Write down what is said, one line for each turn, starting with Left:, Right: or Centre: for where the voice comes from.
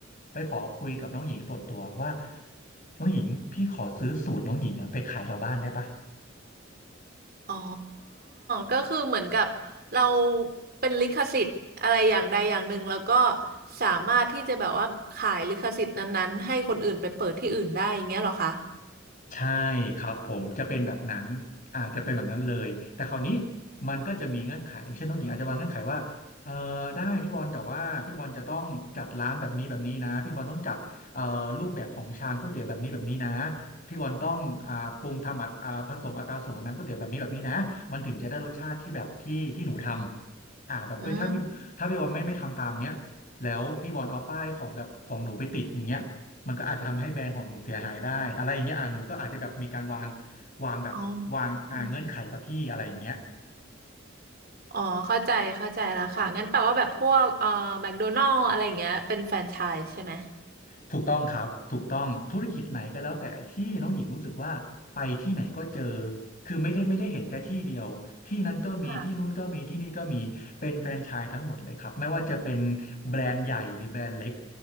Left: ไปขอคุยกับน้องหญิงส่วนตัวว่าน้องหญิงพี่ขอซื้อสูตรน้องหญิงอ่ะไปขายแถวบ้านได้ปะ
Right: อ๋อก็คือเหมือนกับเราเป็นลิขสิทธิ์อะไรอย่างใดอย่างหนึ่งแล้วก็สามารถที่จะแบบว่าขายลิขสิทธิ์นั้นๆให้คนอื่นไปเปิดที่อื่นได้อย่างเงี้ยเหรอคะ
Left: ใช่ครับผมจะเป็นแบบนั้นอาจจะเป็นแบบนั้นเลยแต่คราวนี้มันก็จะมีเงื่อนไขอย่างเช่นน้องหญิงอาจจะวางเงื่อนไขว่าเออได้พี่บอลแต่ว่าพี่บอลจะต้องจัดร้านแบบนี้แบบนี้นะพี่บอลต้องจัดเอ่อรูปแบบของชามก๋วยเตี๋ยวแบบนี้แบบนี้นะพี่บอลต้องอ่าปรุงทำอัตอ่าผสมอัตราส่วนของน้ำก๋วยเตี๋ยวแบบนี้แบบนี้นะมันถึงจะได้รสชาติที่แบบที่ที่หนูทำอ่าแบบเอ้ยถ้าพี่ถ้าพี่บอลไม่ไม่ทำตามเนี้ยแล้วพี่บอลเอาป้ายของแบบของหนูไปติดอย่างเงี้ย
Right: อืม
Left: มันก็อาจจะทำให้แบรนด์ของหนูเสียหายได้อะไรอย่างเงี้ยอ่ะหนูก็อาจจะแบบมีการวางวางแบบวางอ่าเงื่อนไขกับพี่อะไรอย่างเงี้ย
Right: อ๋อ อ๋อเข้าใจเข้าใจแล้วค่ะงั้นแปลว่าแบบพวกเอ่อแมคโดนัลอะไรอย่างเงี้ยเป็นแฟรนไชส์ใช่ไหม
Left: ถูกต้องครับถูกต้องธุรกิจไหนก็แล้วแต่ที่น้องหญิงรู้สึกว่าไปที่ไหนก็เจอคือไม่ได้ไม่ได้เห็นแค่ที่เดียวที่นั้นก็มีที่นู้นก็มีที่นี่ก็มีเป็นแฟรนไชส์ทั้งหมดเลยครับไม่ว่าจะเป็น
Right: ค่ะ
Left: แบรนด์ใหญ่หรือแบรนด์เล็ก